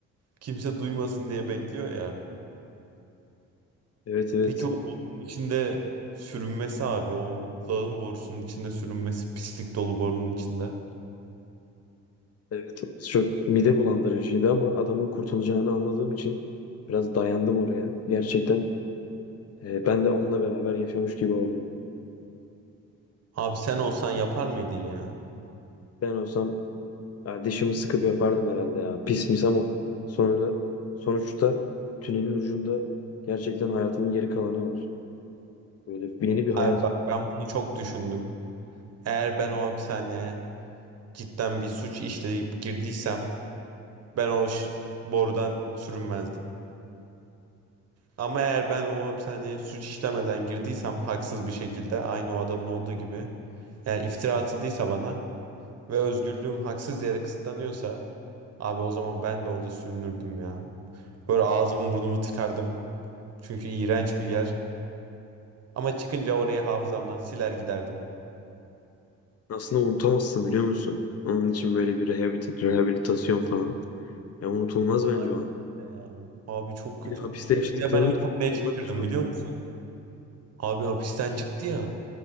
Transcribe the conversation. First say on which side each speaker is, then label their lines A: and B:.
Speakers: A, on the right; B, on the left.
A: Kimse duymasın diye bekliyor ya.
B: Evet evet.
A: Peki o borunun içinde sürünmesi abi. O lağım borusunun içinde sürünmesi. Pislik dolu borunun içinde.
B: Evet orası çok mide bulandırıcıydı ama adamın kurtulacağını anladığım için biraz dayandım oraya. Gerçekten e, ben de onunla beraber yaşamış gibi oldum.
A: Abi sen olsan yapar mıydın ya?
B: Ben olsam Ya dişimi sıkıp yapardım herhalde ya. Pis mis ama sonra sonuçta tünelin ucunda gerçekten hayatımın geri kalanı var. Böyle bir- yeni bir hayat
A: Abi bak
B: var.
A: ben bunu çok düşündüm. Eğer ben o hapishaneye cidden bir suç işleyip girdiysem ben o ş- borudan sürünmezdim. Ama eğer ben o hapishaneye suç işlemeden girdiysem haksız bir şekilde aynı o adamın olduğu gibi yani iftira atıldıysa bana ve özgürlüğüm haksız yere kısıtlanıyorsa abi o zaman ben de orada sürünürdüm ya. Böyle ağzımı burnumu tıkardım. Çünkü iğrenç bir yer. Ama çıkınca orayı hafızamdan siler giderdim.
B: Aslında unutamazsın biliyor musun? Onun için böyle bir rehabilit rehabilitasyon falan. Ya unutulmaz bence
A: Aynen.
B: o an.
A: öyle ya. Abi çok kötü.
B: Bir de hapiste yaşadıklarını
A: Bir de ben en
B: düşün.
A: çok neye
B: Onlar
A: şaşırdım
B: hiç unutma.
A: biliyor musun? Abi hapisten çıktı ya.